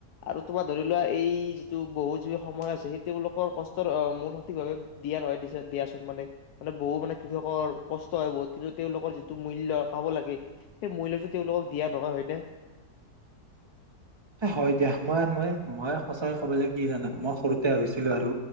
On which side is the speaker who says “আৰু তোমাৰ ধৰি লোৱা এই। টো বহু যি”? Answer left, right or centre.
Left